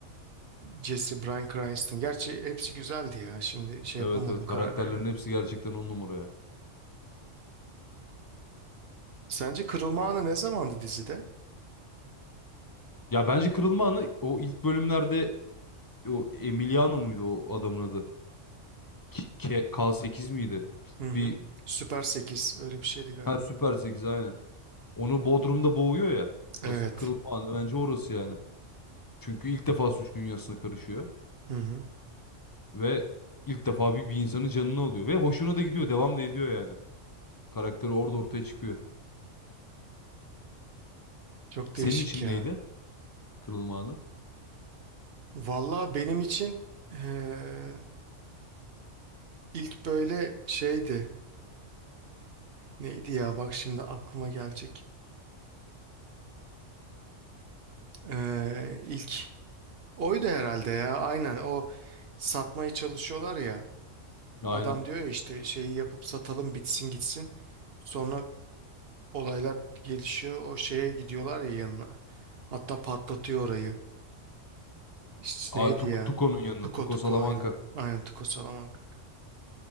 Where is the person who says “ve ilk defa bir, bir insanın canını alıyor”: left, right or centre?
Left